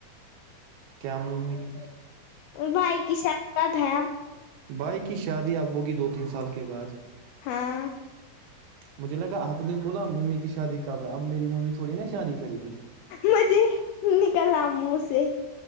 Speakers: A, on the right; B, on the left.
A: کیا ممی کی
B: بھائی کی شاید کب ہے اب
A: بائی کی شادی اب ہوگی دو تین سال کے بعد
B: ہاں
A: مجھے لگا آپ نے بولا ممی ک شادی کب ہے اب میری ممی تھوڑی نا شاد کرے گی
B: مھے نکلا مہ سے